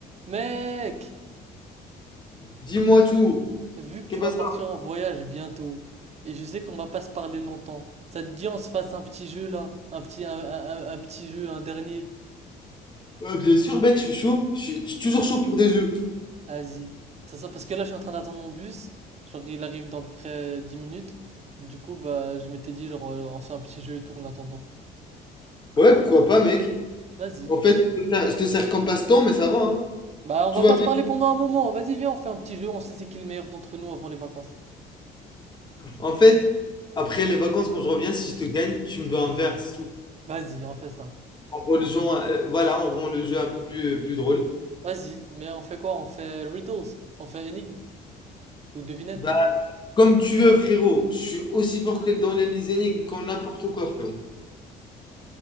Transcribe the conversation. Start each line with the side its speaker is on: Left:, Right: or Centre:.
Right: Mec,
Left: Dis-moi tout.
Right: vu que tu
Left: Qu'est-ce
Right: vas
Left: que ça?
Right: partir en voyage bientôt, et je sais qu'on va pas se parler longtemps, ça te dit on se fasse un petit jeu là, un petit, un, un- un- un petit jeu, un dernier.
Left: Euh, bien sûr, mec, je suis chaud. Je suis, je suis toujours chaud pour des jeux.
Right: Vas-y. Ça, ça, parce que là je suis en train d'attendre mon bus, genre il arrive dans à peu près 10 minutes. Du coup, bah je m'étais dit genre euh, on fait un petit jeu et tout en attendant.
Left: Ouais, pourquoi pas, mec?
Right: Vas-y.
Left: En fait, je te sers, je te sers comme passe-temps, mais ça va, hein.
Right: Bah on
Left: Tout
Right: va
Left: va
Right: pas
Left: bien.
Right: se parler pendant un moment, vas-y viens on fait un petit jeu, on sait c'est qui le meilleur d'entre nous avant les vacances.
Left: En fait, après les vacances, quand je reviens, si je te gagne, tu me dois un verre, c'est tout.
Right: Vas-y, on fait ça.
Left: En rend le jeu, euh, voilà, on rend le jeu un peu plus, euh, plus drôle.
Right: Vas-y, mais on fait quoi? On fait riddles, on fait énigmes ou devinettes.
Left: Bah, comme tu veux, frérot. Je suis aussi fort que dans les énigmes, comme n'importe quoi, frérot.